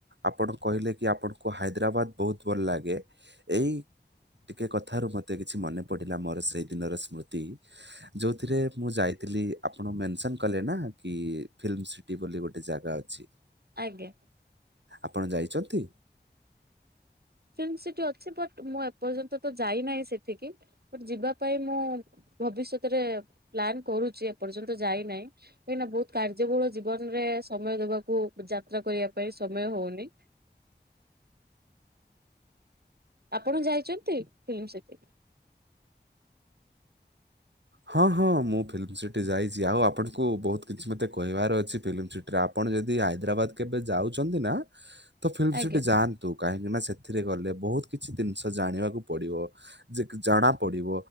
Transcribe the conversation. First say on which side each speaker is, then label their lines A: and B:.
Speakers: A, on the right; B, on the right.
A: ଆପଣ କହିଲେ କି ଆପଣଙ୍କୁ ହାଇଦ୍ରାବାଦ ବହୁତ୍ ଭଲ ଲାଗେ ଏଇ। ଟିକେ କଥାରୁ ମତେ କିଛି ମନେ ପଡିଲା ମୋର ସେଇ ଦିନର ସ୍ମୃତି। ଯୋଉଥିରେ ମୁଁ ଯାଇଥିଲି ଆପଣ ମେନସନ୍ କଲେ ନା କି ଫିଲ୍ମ ସି ଟି ବୋଲି ଗୋଟେ ଜାଗା ଅଛି।
B: ଆଜ୍ଞା।
A: ଆପଣ ଯାଇଚନ୍ତି?
B: ଫିଲ୍ମ ସିଟି ଅଛି ବଟ୍ ମୁଁ ଏପର୍ଯ୍ୟନ୍ତ ତ ଯାଇନାହିଁ ସେଠିକି। ବଟ୍ ଯିବାପାଇଁ ମୁଁ ଭବିଷ୍ୟତରେ ପ୍ଲାନ୍ କରୁଚି। ଏ ପର୍ଯ୍ୟନ୍ତ ଯାଇନାଇଁ କାଇଁନା ବହୁତ୍। କାର୍ଯ୍ୟବୋହୁଳ ଜୀବନରେ ସମୟ ଦେବାକୁ ଯାତ୍ରା କରିବା ପାଇଁ ସମୟ ହୋଉନି। ଆପଣ ଯାଇଚନ୍ତି ଫିଲ୍ମ ସିଟି?
A: ହଁ ହଁ ମୁଁ ଫିଲ୍ମ ସିଟି ଯାଇଚି ଆଉ ଆପଣଙ୍କୁ ବହୁତ କିଛି ମତେ କହିବାର ଅଛି ଫିଲ୍ମ ସି ଟିରେ ଆପଣ ଯଦି ହାଇଦ୍ରାବାଦ କେବେ ଯାଉଛନ୍ତି ନାଁ ତ ଫିଲ୍ମ
B: ଆଜ୍ଞା
A: ସିଟି ଯାଆନ୍ ତୁ କାହିଁକି ନାଁ ସେଥିରେ ଗଲେ ବହୁତ୍ କିଛି ଦିନ୍ଷ ଜାଣିବାକୁ ପଡିବ। ଯେକି ଜଣା ପଡିବ